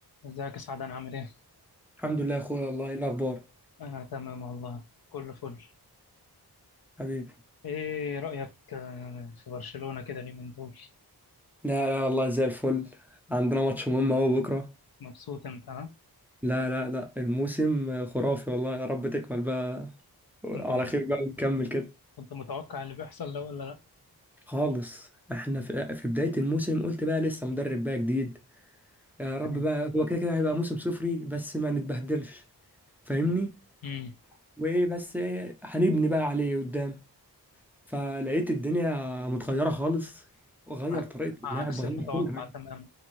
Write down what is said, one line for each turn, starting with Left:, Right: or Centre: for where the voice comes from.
Left: ازيك يا سعد انا عامل ايه؟
Centre: الحمد لله يا اخويا والله ايه الاخبار
Left: انا تمام والله كله فل
Centre: حبيبي
Left: ايه رأيك آه، في برشلونة كده اليومين دول
Centre: لا لا والله زي الفل عندنا ماتش مهم اهو بكره
Left: مبسوط انت ها؟
Centre: لا لا لا الموسم خرافي والله يا رب تكمل بقى على
Left: كنت م...
Centre: خير بقى ونكمل كده
Left: كنت متوقع اللي بيحصل ده ولا لا؟
Centre: خالص احنا في, في بداية الموسم قلت بقى لسه مدرب بقى جديد يا رب
Left: يعني
Centre: بقى هو كده كده هيبقى موسم صفري بس ما نتبهدلش فاهمني
Left: امم
Centre: وايه بس إيه هنبني بقى عليه قدام فلقيت الدنيا متغيرة خالص وغير
Left: عك...
Centre: طريقة
Left: عكس
Centre: اللعب غير
Left: المتوقع
Centre: كل حاجة
Left: تماما